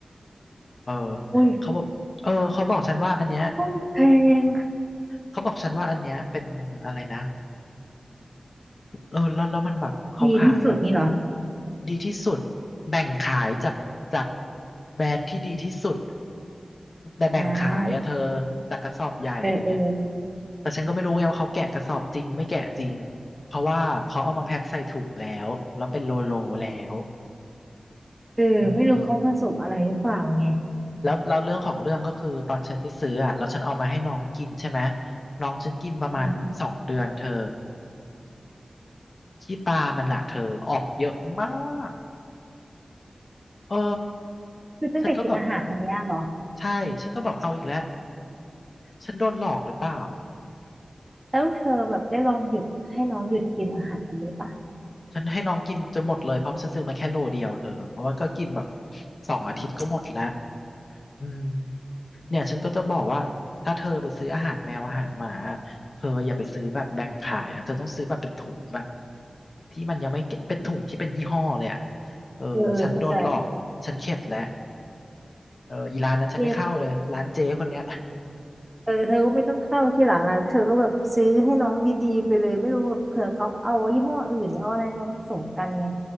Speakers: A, on the left; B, on the right.
A: เออ
B: อุ้ย
A: เขาบอกเออเขาบอกฉันว่าอันเนี้ย
B: ห้องแพง
A: เขาบอกฉันว่าอันเนี้ยเป็นอะไรนะ เออแล้วแล้วมันแบบเขาขายเนะอะ
B: ดีที่สุดนี่เหรอ
A: ดีที่สุดแบ่งขายจากจากแบรนด์ที่ดีที่สุดแต่แบ่งขายอะเธอ
B: อ่า
A: จากกระสอบใหญ่อะไรเงี้ย
B: เออเออ
A: แต่ฉันก็ไม่รู้ไงว่าเขาแกะกระสอบจริงไม่แกะจริงเพราะว่าเขาเอามาแพ็คใส่ถุงแล้วแล้วเป็นโลโลแล้ว
B: เออไม่รู้เขาผสมอะไรหรือเปล่าไง
A: อืมแล้วเราเรื่องของเรื่องก็คือตอนฉันไปซื้ออะแล้วฉันเอามาให้น้องกินใช่ไหมน้องฉันกินประมาณสองเดือนเธอ
B: อืม
A: ขี้ตามันละเธอออกเยอะมากเออ
B: คือตั้งแต่กินอาหารอันเนี้ยเหรอ
A: ฉันก็แบบ ใช่ ฉันก็แบบเอาอีกแล้วฉันโดนหลอกหรือเปล่า
B: แล้วเธอแบบได้ลองหยุดให้น้องหยุดกินอาหารอันนี้ปะ
A: ฉันให้น้องกินจนหมดเลยเพราะฉันซื้อมาแค่โลเดียวเธอเพราะว่าก็กินแบบสองอาทิตย์ก็หมดแล้ว
B: เออ
A: อืมเนี่ยฉันก็จะบอกว่าถ้าเธอไปซื้ออาหารแมวอาหารหมาเธออย่าไปซื้อแบบแบ่งขายนะเธอต้องซื้อแบบเป็นถุงแบบที่มันยังไม่เก็บเป็นถุงที่เป็นยี่ห้อเลยอ่ะเออฉันโดนหลอกฉันเข็ดแล้ว
B: เออเข้าใจ
A: เอออีร้านนั้นฉันไม่เข้าเลยร้านเจ๊คนเนี้ย
B: เนี่ยเออเธอก็ไม่ต้องเข้าที่หลังอ่ะเธอก็แบบซื้อให้น้องดีๆไปเลยไม่รู้แบบเผื่อเขาเอายี่ห้ออื่นหรือเอาอะไรมาผสมกันไง